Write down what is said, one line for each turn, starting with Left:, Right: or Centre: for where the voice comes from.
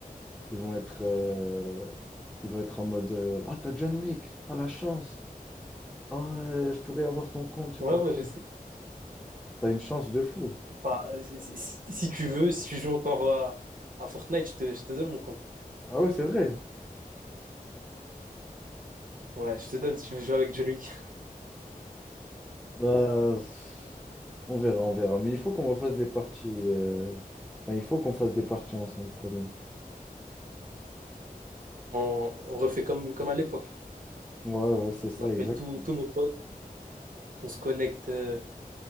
Centre: ils vont être, euh, ils vont être en mode euh, Ah, t'as John Wick, ah, la chance, ah, euh, je pourrais avoir ton compte, je
Right: ouais,
Centre: sais pas
Right: ouais,
Centre: quoi.
Right: je sais.
Centre: T'as une chance de fou.
Right: Enfin, si, si- si si tu veux, si tu joues encore à, à Fortnite, je te, je te donne mon compte.
Centre: Ah ouais, c'est vrai.
Right: Ouais, je te donne si tu veux jouer avec John Wick.
Centre: Bah, on verra, on verra. Mais il faut qu'on refasse des parties. euh, Enfin, il faut qu'on fasse des parties ensemble quand même.
Right: On, on refait comme, comme à l'époque.
Centre: Ouais, ouais, c'est ça,
Right: On appelle
Centre: exact.
Right: tous tous nos potes, on se connecte, euh,